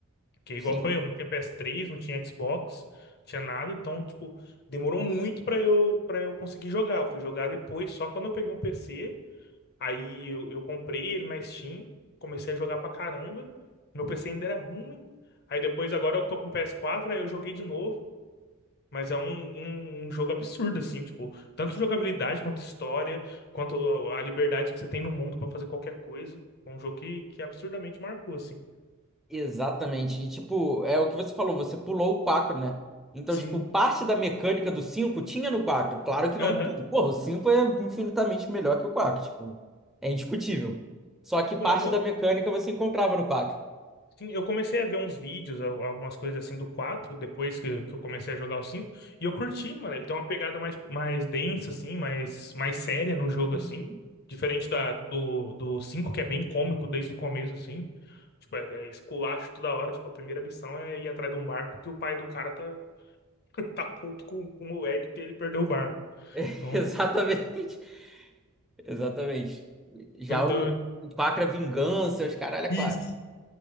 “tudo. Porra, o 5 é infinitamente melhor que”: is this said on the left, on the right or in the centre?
Centre